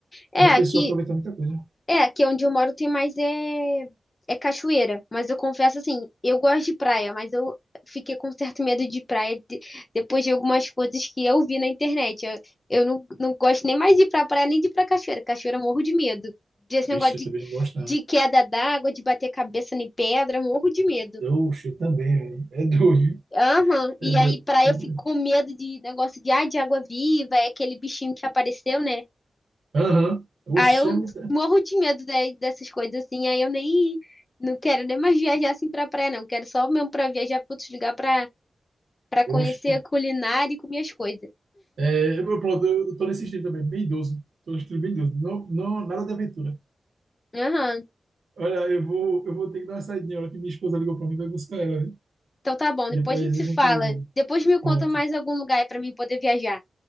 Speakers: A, on the left; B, on the right.
A: É,
B: Dá pra pessoa
A: aqui,
B: aproveitar muita coisa.
A: é, aqui onde eu moro tem mais é, é cachoeira. Mas eu confesso assim, eu gosto de praia, mas eu fiquei com certo medo de praia de- depois de algumas coisas que eu vi na internet. Eu, eu não, não gosto nem mais de ir pra praia, nem de ir pra cachoeira. Cachoeira eu morro de medo. Desse negócio
B: Vixe,
A: de,
B: eu também não gosto, não.
A: de queda d'água, de bater cabeça em pedra, eu morro de medo.
B: Eu, oxe, eu também, velho. É doido.
A: Aham.
B: É
A: E
B: doido.
A: aí praia
B: É
A: eu
B: doido.
A: fico com medo de negócio de, ah, de água viva, é aquele bichinho que apareceu, né?
B: Aham. Oxe,
A: Aí eu
B: é muita.
A: morro de medo de- dessas coisas assim, aí eu nem não quero nem mais viajar assim pra praia, não. Quero só mesmo pra viajar pra outros lugares pra, pra conhecer
B: Oxe, pronto.
A: a culinária e comer as coisas.
B: É, eu, pronto, eu eu tô nesse estilo também, bem idoso. Tô no estilo bem idoso. Não, não, nada de aventura.
A: Aham.
B: Olha, eu vou, eu vou ter que dar uma saidinha. A hora que minha esposa ligou pra mim, vai buscar ela, né?
A: Então tá bom,
B: Depois
A: depois a gente se
B: a gente.
A: fala. Depois me
B: Pronto.
A: conta mais algum lugar aí pra mim poder viajar.